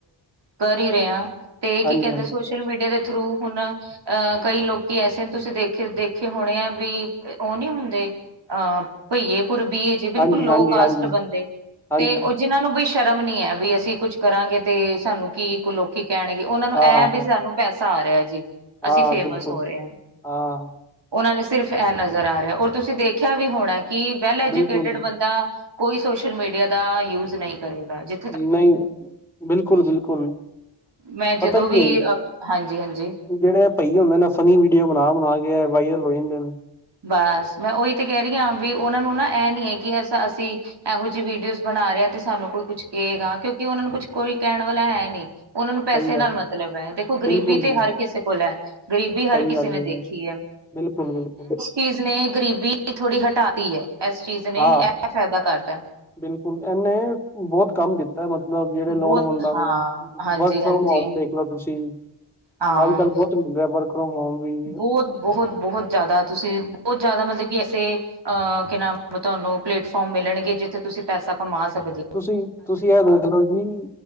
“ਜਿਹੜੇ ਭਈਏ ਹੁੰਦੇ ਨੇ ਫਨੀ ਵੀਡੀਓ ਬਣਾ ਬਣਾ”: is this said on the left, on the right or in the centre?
Centre